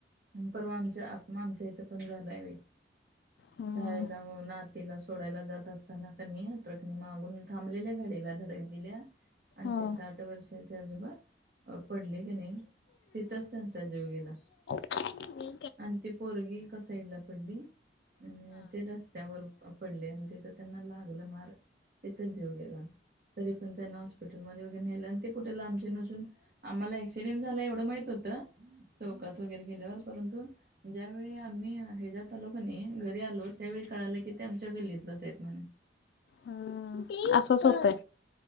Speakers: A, on the right (about 55°); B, on the left (about 70°).
A: परवा आमच्या आ्मा आमच्या इथे पण झालाय बाई शाळेला
B: हम्म
A: मून आत तिला सोडायला जात असताना. कनी ट्रकने मागून थांबलेल्या गाडीला धडक दिल्या अन
B: हा.
A: ते साठ वर्ष आजोबा अ पडले की नाही. तिथंच त्यांचा जीव गेला.
B: मी
A: आणि ती पोरगी एका साइड ला पडली. अ ते रस्त्यावर पडले. आणि तिथं त्यांना लागलं मार तिथंच जेऊ गेला. तरी पण त्यांना हॉस्पिटलमध्ये वगैरे नेल ते कुठे लांबचे नसून आम्हाला ऍक्सिडेंट झाला. एवढं माहीत होत. चौकात वगैरे गेल्यावर परंतु ज्यावेळी आम्ही हे जात आलो कणी घरी आलो त्यावेळी कळालं की ते आमच्या गल्लीतलंच आहेत. म्हणून
B: हा असंच होतय.